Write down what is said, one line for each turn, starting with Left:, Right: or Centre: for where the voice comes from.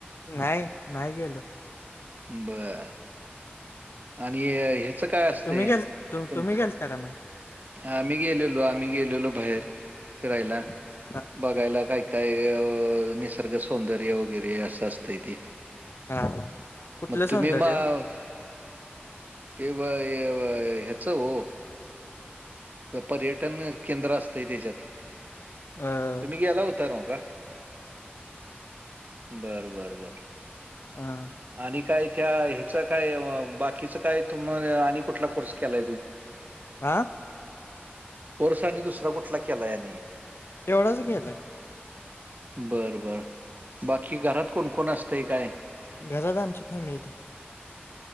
Left: नाही नाही गेलो
Right: बर आणि हे चं काय असतंय
Left: तुम्ही गेल तु-
Right: तुमच
Left: तुम्ही गेलता का नाही
Right: आम्ही गेल्यालो आम्ही गेल्यालो बाहेर फिरायला.
Left: <unintelligible>
Right: बघायला काय काय व निसर्ग सौंदर्य वगैरे असं असतं तय ती
Left: हा हा कुठलं
Right: मग तुम्ही
Left: सौंदर्य
Right: माव ते वं हे वं ह्याच वो पर्यटन केंद्र असतंय त्याच्यात
Left: अ अ
Right: तुम्ही गेला हुता नव्ह का? बर बर बर
Left: हां
Right: आणि काय? त्या ह्याचं काय? बाकीचं काय? तुम्ही आणि कुठला कोर्स केला?
Left: आा
Right: वर्षांनी दुसरा कुठला केला याने?
Left: तेवढच गेलय
Right: बर बर बाकी घरात कोणकोण असते काय?
Left: घरादाची फॅमिली